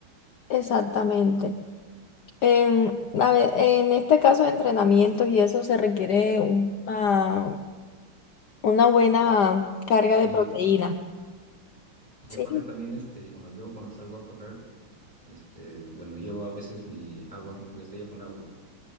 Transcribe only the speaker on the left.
exactamente. En, a ver, en este caso de entrenamientos y eso se requiere una, una buena carga
de proteína.
Sí,